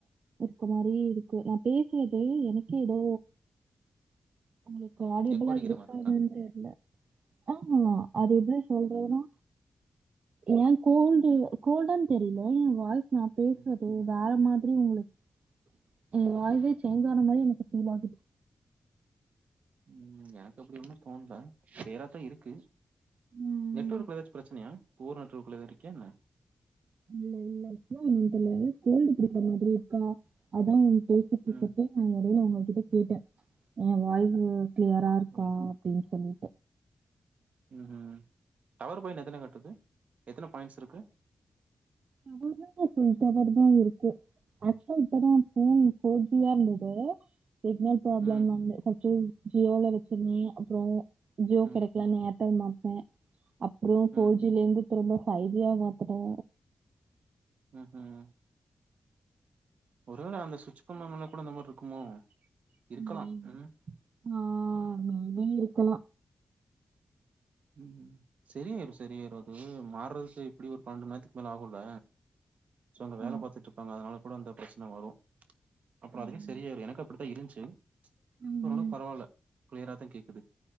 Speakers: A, on the right; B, on the right.
A: இருக்க மாதிரி இருக்கு நான் பேசுேனது எனக்கே ஏதோ உங்களுக்கு ஆடியபிளா
B: எக்கோ அடிக்கிற
A: இருக்கா
B: மாரி
A: என்னன் தெரில ஆமா அது எப சொல்றதுனா என் கோல்டு கோல்டன் தெரில என் வாழ்க் நான் பேசுறது
B: ம்
A: வேற மாரி எ உங்களுக்கு என் வாழ்வே சேஞ்சான மாதிரி எனக்கு ஃபீல் ஆகுது
B: உம் எனக்கு அப்படி ஒன்னும் தோணல சுவேராதான் இருக்கு
A: ம்.
B: நெட்வொர்க் ஏதாச்சும் பிரச்சனையா போர் நெட்வொர்க்குள்ள இருக்கியா என்ன
A: இல்ல இல்ல என்னன் தெர்ல கோல்டு பிடிக்ற மாதிரி இருக்கா அதான் பேசிட்டு இருக்குறப்போ
B: ம்
A: ந நடுவுல உங்க கிட்ட <unintelligible> என் வாய்சு கிளியரா இருக்கா
B: ஓ
A: அப்படின்னு சொல்லி
B: உம் உம் டவர் பாயிண்ட் எத்தனை காட்டுது எத்தனை பாயிண்ட்ஸ் இருக்கு
A: எங்க வீட்ல ஃபுல் டவர் தான் இருக்கு ஆக்சுவலா இப்பதான் போன் போர் ஜி யா இருந்துது சிகனல் பிரப்ளம்
B: ம்
A: வந்து அச்சோ ஜியோல பிரச்சனை அப்புறம் ஜியோ
B: ம்
A: கிடைக்கலனு ஏர்டெல் மாத்துவேன் அப்புறம்
B: ம்
A: போர் ஜி ல இருந்து திரும்ப பைவ் ஏன் மாத்துன
B: உஹம் உம் ஒருவேளை அந்த சுவிட்ச பண்ணனால்ல கூட அந்த மாதிரி இருக்குமோ இருக்கலா
A: மீண்
B: ம்
A: ஆமா வெல்லு எல்லா
B: உஹம் சரியாயிரும் சரியாயிரும் அது மாறதுக்கு எப்படி ஒரு பன்னெண்டு மணி நேரத்துக்கு மேல ஆகும்ல சங்க வேலை
A: ஆ
B: பாத்துட்டு இருப்பாங்க அதனால அந்த பிரச்சனை வரும் அப்புறம்
A: ம்
B: அதுவே சரியாரு எனக்கு அப்படி ட இருந்ச்சு ச்ச்
A: ம்
B: இப்ப அவ்ளோ பரவால்ல க்ளியரா தா கேக்குது